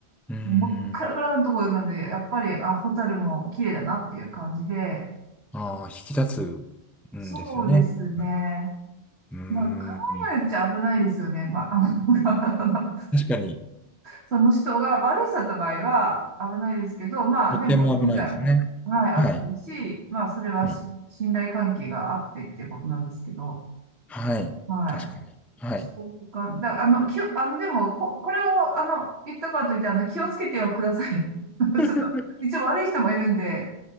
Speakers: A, in the centre; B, on the right.
A: うー
B: もう真っ暗暗のところなんで、
A: ん。
B: やっぱり、あ、ホタルも綺麗だなっていう感じで、
A: ああ、引き立つんですよね。
B: そうですね。
A: はい、うーん。
B: まあ、考えによっちゃ危ないですよね。まあ、あの、<laughs>
A: 確かに、
B: その人が悪い人だった場合は危ないですけど、まあ、
A: とても危ないですね。
B: でも、前回も、はい、あってるし、
A: はい、
B: まあ、それはし信頼関係があってっていうことなんですけど、
A: はい、はい。
B: はい。
A: 確かに。はい。
B: そういうか、だ、あの、きを、あの、でも、こ、これを、あの、言ったからといって、あの、気をつけてはください。<laughs>
A: <laughs>
B: ちょっと、一応悪い人もいるんで、